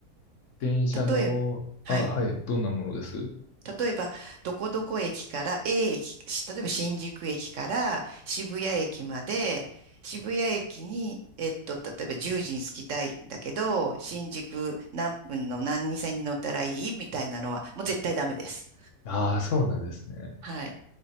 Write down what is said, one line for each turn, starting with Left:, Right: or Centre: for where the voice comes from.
Left: 電車の、
Right: 例えば、はい。
Left: あ、はい、どんなものです
Right: 例えば、どこどこ駅から A 駅、し例えば新宿駅から渋谷駅まで、渋谷駅に、えっと、例えば10時に着きたいんだけど、新宿何分の何線に乗ったらいいみたいなのは、もう絶対ダメです。
Left: ああー、そうなんですね。
Right: はい。